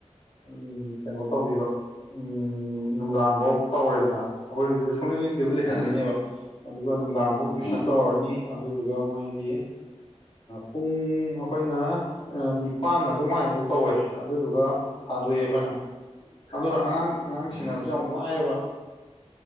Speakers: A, on the left; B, on the left.
A: ꯎꯝ ꯀꯩꯅꯣ ꯇꯧꯕꯤꯕ ꯎ ꯅꯨꯡꯗꯥꯡꯐꯧ ꯇꯧꯔꯦꯗꯅ ꯑꯩꯈꯣꯏ ꯍꯧ ꯁꯨꯡꯅ ꯂꯤꯡꯗꯕ ꯂꯩꯍꯟꯗꯣꯏꯅꯦꯕ
B: ꯎꯝ
A: ꯑꯗꯨꯒ ꯅꯨꯡꯗꯥꯡꯐꯧ ꯇꯨꯋꯏꯁꯟ
B: ꯎꯝ
A: ꯇꯧꯔꯅꯤ ꯑꯗꯨꯗꯨꯒ ꯃꯣꯏꯒꯤ ꯄꯨꯡ ꯑꯩꯈꯣꯏꯅ ꯅꯤꯄꯥꯟ ꯑꯗꯨꯃꯥꯏꯐꯧ ꯇꯧꯋꯦ ꯑꯗꯨꯗꯨꯒ ꯊꯥꯗꯣꯛꯑꯦ ꯑꯩꯈꯣꯏꯅ ꯑꯗꯨꯔ ꯑꯉꯥꯡ ꯑꯉꯥꯡ
B: ꯎꯝ
A: ꯁꯦꯟꯅꯕꯖꯦ ꯌꯥꯝ ꯋꯥꯏꯌꯦꯕ